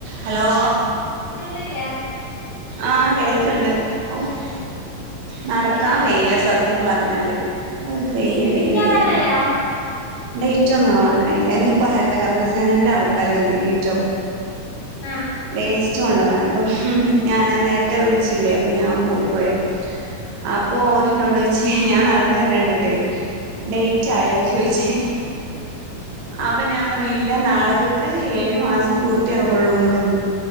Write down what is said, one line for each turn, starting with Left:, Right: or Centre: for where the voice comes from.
Right: Hello
Left: <unintelligible>
Right: ആഹ് കേൾക്ക്ണ്ട്‌ ഓഹ്
Left: ഉം
Right: നടക്കാൻ
Left: എന്ത് പറ്റി
Right: വെയ്യാ സത്യം പറഞ്ഞാല്
Left: ഉം
Right: അഹ് വെയ്യടി
Left: ലേറ്റാവാനായോ
Right: വെയ്യ ഡേറ്റോന്നവാനായില്ല എന്നിപ്പ ഹരിത കർമ്മസേനന്റെ ആൾക്കാര് വന്നിനിട്ടോ
Left: ആഹ്
Right: വേസ്റ്റ് കൊണ്ടവാന് അപ്പം ഞാൻ ഞാൻ നേരത്തെ വിളിച്ചില്ലേ അപ്പം ഞാൻ ഓടിപ്പോയെ
Left: ആഹ്
Right: അപ്പൊ ഓരിന്നോട് ചോയ്ച്ചേ ഞാൻ നടന്നു വരുന്ന കണ്ടിട്ടേ ഡേയിറ്റ് ആയോന്ന് ചോദിച്ചേ അപ്പൊ ഞാൻ പറഞ്ഞു ഇല്ല നാളകക്ക് ഏഴ് മാസം പൂർത്തിയാവുള്ളൂന്ന് പറഞ്ഞ്